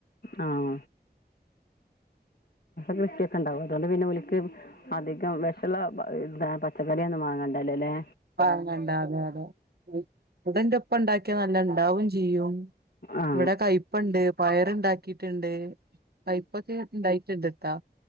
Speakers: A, on the left; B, on the right.
A: ആഹ കൃഷിയൊക്കെ ഉണ്ടാവും അതുകൊണ്ട് പിന്നെ ഓൽ ക്ക് അധികം വിഷമുള്ള ഇ പച്ചക്കറിയൊന്നും വാങ്ങണ്ടല്ലേല്ലേ
B: വാങ്ങണ്ട അതെ അതെ ഇതെന്റെ ഒപ്പ ഇണ്ടാക്കിയാ നല്ല ഇണ്ടാവും ചെയ്യും
A: ആ
B: ഇവിടെ കൈപ്പണ്ട് പയർണ്ടാക്കിട്ട്ണ്ട് കൈപ്പൊക്കെ ഉണ്ടായിട്ടുണ്ട്ട്ടാ